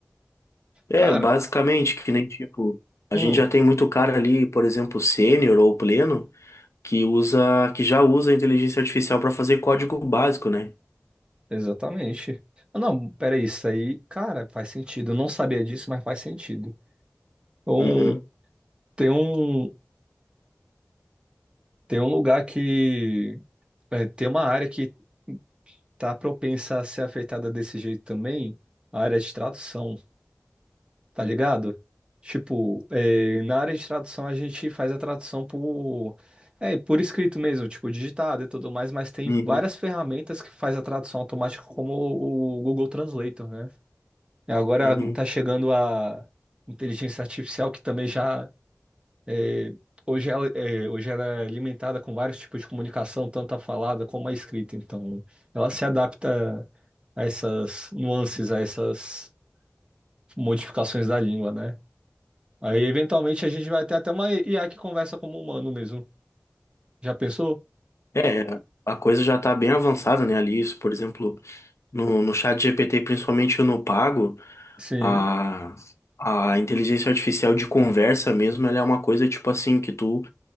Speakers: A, on the left; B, on the right.
A: É,
B: Cara,
A: basicamente, que nem tipo, a
B: hum,
A: gente já tem muito cara ali, por exemplo, sênior ou pleno, que usa, que já usa a inteligência artificial para fazer código básico, né?
B: exatamente. Ah, Não, peraí, isso aí, cara, faz sentido. Eu não sabia disso, mas faz sentido. Então,
A: Uhum.
B: tem um, tem um lugar que, é, tem uma área que tá propensa a ser afetada desse jeito também, a área de tradução. tá ligado? Tipo, é, na área de tradução a gente faz a tradução por, é, por escrito mesmo, tipo, digitado e tudo mais, mas tem
A: Uhum.
B: várias ferramentas que faz a tradução automática, como o, o Google Translator, né? E Agora
A: Uhum.
B: tá chegando a inteligência artificial que também já é, hoje ela, é, hoje ela é alimentada com vários tipos de comunicação, tanto a falada como a escrita. Então, ela se adapta a essas nuances, a essas modificações da língua, né? Aí, eventualmente, a gente vai ter até uma IA que conversa como humano mesmo. Já pensou?
A: É, a coisa já está bem avançada, né, ali, isso, por exemplo, no, no chat GPT, principalmente no pago,
B: Sim.
A: a, a inteligência artificial de conversa mesmo, ela é uma coisa, tipo assim, que tu,